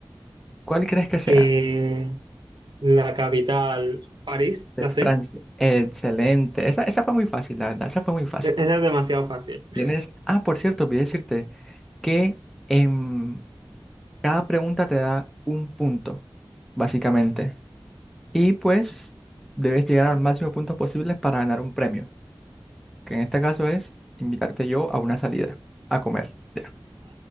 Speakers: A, in the centre; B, on the right.
A: ¿Cuál crees que sea?
B: Eh, la capital, París,
A: De
B: la
A: Francia.
B: sé.
A: Excelente. Esa, esa fue muy fácil, la verdad. Esa fue muy fácil.
B: E- Esa es demasiado fácil.
A: Tienes.
B: <laughs>
A: Ah, por cierto, olvidé decirte que em, cada pregunta te da un punto, básicamente. Y pues debes llegar al máximo de puntos posibles para ganar un premio. que en este caso es invitarte yo a una salida, a comer. Ya,